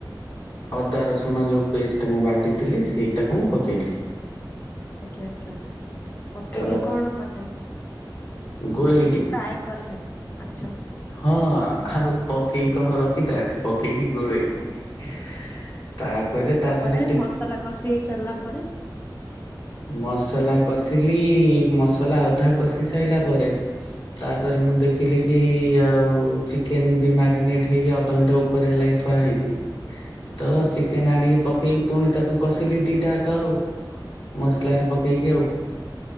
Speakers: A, on the left; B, on the left.
A: ଅଦା ରସୁଣ ଯେଉଁ ପେଷ୍ଟ ମୁଁ ବାଟିଥିଲି ସେଇଟାକୁ ମୁ ପକେଇଲି
B: ଆଜ୍ଞାଛାର୍ ପକେଇକି
A: ତ
B: କିି କଣ କଲେ
A: ଗୋଳେଇଲି
B: ପକେଇକି ଫ୍ରାଏ କଲେ ଆଛା
A: ହ ଆଉ ପକେଇକି କଣ ରଖିଥାନ୍ତି ପକେଇକି ଗୋଳେଇଲି ତାପରେ ତା
B: ତାପରେ
A: ଦେହରେ ଟିକେ
B: ମସଲା କଷି ହେଇ ସାରିଲା ପରେ
A: ମସଲା କଷିଲି ମସଲା ଅଧା କଷି ସାଇଲା ପରେ ତାପରେ ମୁଁ ଦେଖିଲି କି ଆଉ ଚିକେନ ବି ମ୍ୟାରିନେଟ ହେଇକି ଅଧଘଣ୍ଟା ଓ ପରେ ହେଲାନି ଥୁଆ ହେଇଛି ତ ଚିକେନ ଆଣିକି ପକେଇକି ପୁଣି ତାକୁ କସିଲି ଦିଟାକ ଆଉ ମସଲାରେ ପକେଇକି ଆଉ